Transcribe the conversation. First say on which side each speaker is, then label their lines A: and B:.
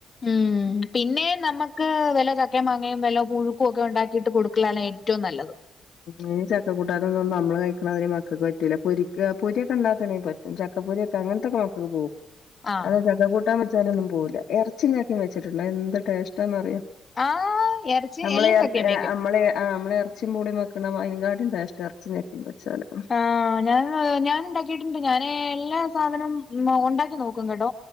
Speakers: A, on the left; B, on the left.
A: ഉം പിന്നെ നമ ക്ക് വല്ല ചക്കേം മാങ്ങേ വല്ല പുഴുക്കുക്കെണ്ടാക്കിട്ട് കൊടുക്കലാണ് ഏറ്റവും നല്ലത്
B: ഉം ചക്കക്കൂട്ടാനൊന്നന്നും നമ്മള് കഴിക്ക്ണാതിരി മക്കക്ക് പറ്റുല പൊരിക്കാ പൊരിക്കണ്ടാക്കണങ്കി പ ചക്കപ്പൊരിക്കെ അങ്ങൻത്തക്കെ മക്കക്ക് പോവും
A: ആഹ്
B: അത് ചക്കകൂട്ടാൻ വെച്ചാലൊന്നും പോവില്ല എറച്ചിം ചക്കേം വെച്ചിട്ടുണ്ടോ എന്ത് ടേസ്റ്റാന്നറിയോ
A: ആഹ് ഇറച്ചി
B: അമ്മളെ
A: എല്ലും
B: എർത്
A: ചക്കയും
B: ഏ
A: വെക്കും
B: അമ്മളെ ആ അമ്മളെർ ച്ചിം പൂളിം വെക്ക്ണമായിരിങ്കാട്ടിലും ടേസ്റ്റാ എർച്ചിം ചക്കിം വെച്ചാല്.
A: ആഹ്. ഞാന് ഞാന്ണ്ടാക്കീട്ട്ണ്ട് ഞാന് എല്ലാ സാധനും ഉം ഉണ്ടാക്കി നോക്കും കേട്ടോ.